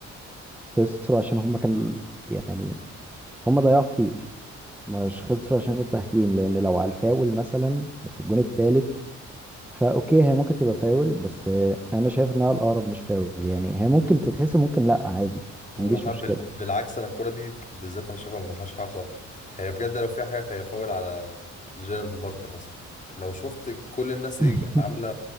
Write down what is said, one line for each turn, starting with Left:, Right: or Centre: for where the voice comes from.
Centre: خسروا عشان هم كانوا يعني هم ضيعوا كتير مش خسروا عشان التحكيم لان لو على الفاول مثلا في الجون التالت فاوكي هي ممكن تبقى فاول بس آه، انا شايف انها الاقرب مش فاول يعني هي ممكن تتحسب ممكن لا عادي ما
Left: ولا
Centre: عنديش
Left: حب
Centre: مشكلة
Left: بالعكس انا الكرة دي بالذات انا شايفها ما فيهاش حاجة خالص يعني بجد لو فيها حاجة فهي فاول على جيرارد مارتن اصلا لو شفت كل الناس ايه
Centre: <laughs>
Left: عاملة